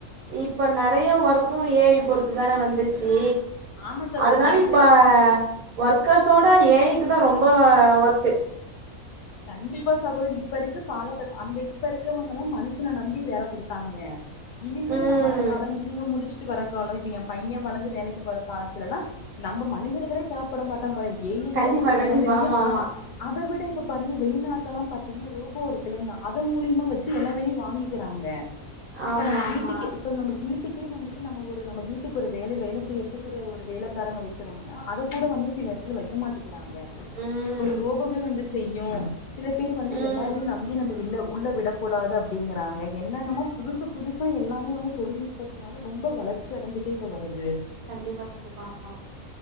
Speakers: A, on the right; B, on the left.
A: இப்ப நறைய ஒர்க்கும் ஏ ஐ பொறுத்து தானே வந்துருச்சி
B: ஆமா சகோதரி
A: அதனால இப்ப
B: இருக்
A: அ ஒர்க்கர்ஸோட ஏ ஐ இதுக்கு தா ரொம்ப அ ஒர்க்
B: கண்டிப்பா சகோதரி இப்ப இருக்க காலகட்ட அந்த இப்ப இருக்கறவங்கல்லா மனுஷன நம்பி வேல குடுத்தாங்க இனிமேல்
A: ம்
B: நா வரக்கலோ நீங்க முடிச்சுட்டு வரக்கலோ இப்ப என் பையன் வளர்ந்து வேலைக்கு போற காலத்துலெல்லா நம்ம மனிதர்களே தேவப்பட மாட்ட முறை ஏ ஐ
A: கண்டிப்பா
B: யே வந்து
A: கண்டிப்பா
B: எல்லா வேலையு
A: ஆமா ஆமா
B: அ அத விட இப்ப பாருங்க வெளிநாட் எல்லா பாத்தீங்கன்னா ரோபோ இருக்குல்லலைங்க அத மூலியமா வெச்சு எல்லா வேலையையு வாங்கிக்கிறாங்க இப்ப
A: ஆமா
B: நம்ம
A: ஆமா
B: வீட்டுக்கு இப்ப நம்ம வீட் க்க வந்துட்டு நம்ம ஒரு நம்ம வீட்டுக்கு ஒரு வேல வேல செய்யறதுக்கு ஒரு ஒரு வேலைக்காரங்க வெக்கிறோம்னா அத கூட வந்து சில இடத்துல வெக்க மாட்டிக்கிறாங்க
A: ம்
B: ஒரு ரோபவே வந்து செய்யு சில பேர் வந்து
A: ம்
B: எல்லாரையு நம்பி நம்ம வில்லோ உள்ள விடக்கூடாது அப்டிங்கறாங்க என்னென்னமோ புதுசு புதுசாக எல்லாமே வந்து தொழில்நுட்பத்தினால ரொம்ப வளர்ச்சி அடைந்துடே வருது
A: கண்டிப்பா கண்டிப்பா ஆமா ஆமா